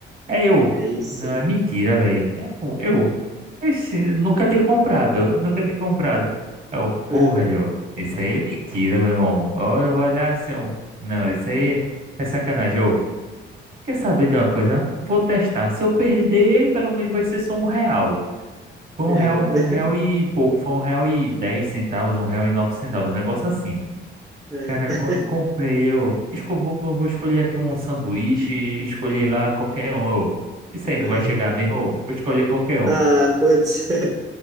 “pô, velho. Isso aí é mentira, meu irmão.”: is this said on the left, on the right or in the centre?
Right